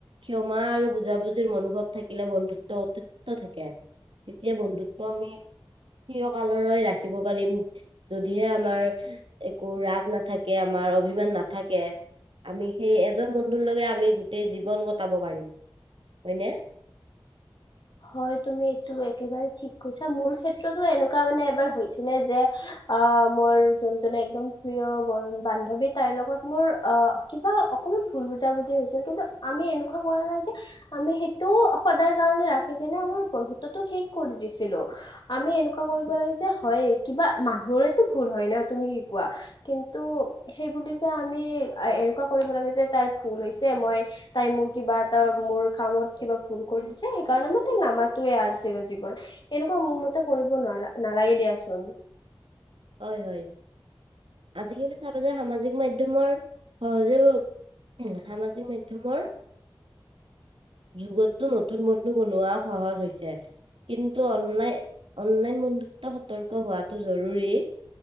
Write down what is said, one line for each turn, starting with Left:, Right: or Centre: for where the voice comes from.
Right: ক্ষমা আৰু বুজাবুজিৰ মনোভাৱ থাকিলে বন্ধুত্ব অটুটও থাকে। তেতিয়া বন্ধুত্ব আমি চিৰকাললৈ ৰাখিব পাৰিম। যদিহে আমাৰ একো ৰাগ নাথাকে আমাৰ অভিমান নাথাকে। আমি সেই এজন বন্ধুৰ লগে আমি গোটেই জীৱন কটাব পাৰিম, হয় নে?
Left: হয় তুমি এইটো একেবাৰে ঠিক কৈছা, মোৰ ক্ষেত্ৰতো এনেকুৱা মানে এবাৰ হৈছিলে যে অ মোৰ যোনজনে একদম প্ৰিয় ব বান্ধৱী তাইৰ লগত মোৰ অহ কিবা অকণমান ভুল বুজা বুজি হৈছিল কিন্তু আমি এনেকুৱা কৰা নাই যে আমি সেইটো সদায় কাৰনে ৰাখি কেনে আমাৰ বন্ধুত্বটো শেষ কৰি দিছিলো। আমি এনেকুৱা কৰিব লাগে যে হয় কিবা মানুহৰেতো ভুল হয় ন তুমি কি কোৱা? কিন্তু সেইবুলি যে আমি এনেকুৱা কৰিব লাগে যে তাইৰ ভুল হৈছে মই তাই মোৰ কিবা এটা মোৰ কামত কিবা ভুল কৰি দিছে সেই কাৰণে মই তাইক নামাতোৱে আৰু চিৰ জীৱন এনেকুৱা মোৰ মতে কৰিব নালা নালাগে দিয়াচোন।
Right: হয় হয় আজিকালি চাবা যে সামাজিক মাধ্যমৰ সহজেও উম সামাজিক মাধ্যমৰ যুগতো নতুন বন্ধু বনোৱা সহজ হৈছে। কিন্তু অনলাইন অনলাইন বন্ধুত্ব সতৰ্ক হোৱাটো জৰুৰী।